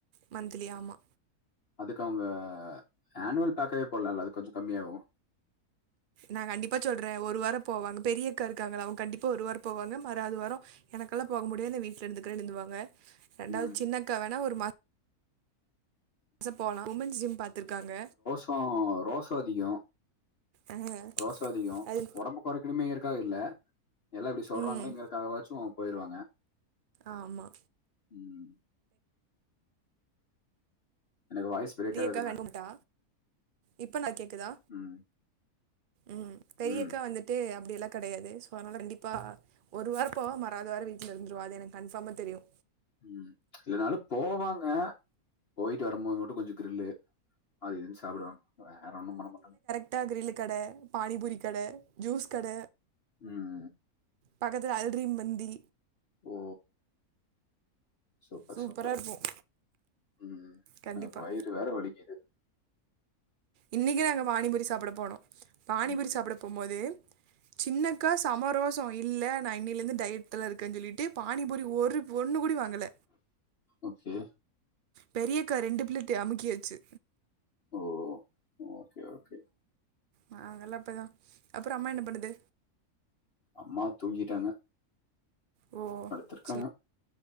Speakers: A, on the right (about 85°); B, on the left (about 45°).
A: மந்த்திலி ஆமா
B: அதுக்கு அவங்க ஆனுவல் பேக்காவே போட்லால்ல அது கொஞ்ச கம்மியாவு
A: நா கண்டிப்பா சொல்றே ஒரு வாரோ போவாங்க பெரியக்கா இருக்காங்கள அவங்க கண்டிப்பா ஒரு வாரோ போவாங்க மறாது வாரோ எனக்கெல்லா போக முடியாது நா வீட்டுல இருந்துக்கறேன் இருந்துக்குவாங்க ரெண்டாவது
B: ம்,
A: சின்னக்கா வேணா ஒரு மா சம் போலா உமன்ஸ் ஜிம் பாத்துருக்காங்க
B: அ ரோசோ அதிகோ
A: அஹ்,
B: ரோசோ அதிகோ
A: அது
B: ஒடம்புக் கொறைக்கினுமேங்கறகாக இல்ல எல்லா இப்டி சொல்றாங்களே
A: ம்
B: இங்கறகாகவாச்சும் போயிருவாங்க
A: ஆமா
B: ம் எனக்கு வாய்ஸ் பிரேக்
A: தியக்கா
B: ஆகுதுங்க.
A: அனுப்பமாட்டா இப்ப நா கேக்குதா
B: ம்,
A: ம் பெரியக்கா
B: ம்,
A: வந்துட்டு அப்டியெல்லா கெடையாது சோ அதனால கண்டிப்பா ஒரு வாரோ போவ மறாது வாரம் வீட்ல இருந்துருவா அது எனக்கு கன்பார்மா தெரியு
B: ம் இல்லனாலு போவாங்க போயிட்டு வரும்போது மட்டு கொஞ்ச க்ருல்லு அது இதுன்னு சாப்பிடுவாங்க போல வேற ஒன்னு பண்ண மாட்டாங்க
A: விட்டா கிரில்லு கட பானிபூரி கட ஜூஸ் கட
B: ம்
A: பக்கத்துல அல்ரீம் மந்தி
B: ஓ சூப்பர்
A: சூப்பரா
B: சூப்பர்
A: இருக்கும்
B: ம்
A: கண்டிப்பா
B: எனக்கு வயிறு வேற வலிக்கிது
A: இன்னிக்கே நாங்க பானிபுரி சாப்பட போனோ பானிபுரி
B: ம்
A: சாப்பட போம்போதே சின்னக்கா சமரோசோ இல்ல நா இன்னிலேருந்து டயட்ல இருக்கன்னு சொல்லிட்டு பானிபூரி ஒரு ஒண்ணு கூடி வாங்கல
B: ஓகே
A: பெரியக்கா ரெண்டு பிளேடீடு அமுக்கியாச்சு
B: ஓ ஓகே ஓகே
A: நாங்கல்லா இப்பதா அப்றம் அம்மா என்னா பண்ணுது
B: அம்மா தூங்கிட்டாங்க
A: ஓ
B: த்ருக்காங்க
A: சரி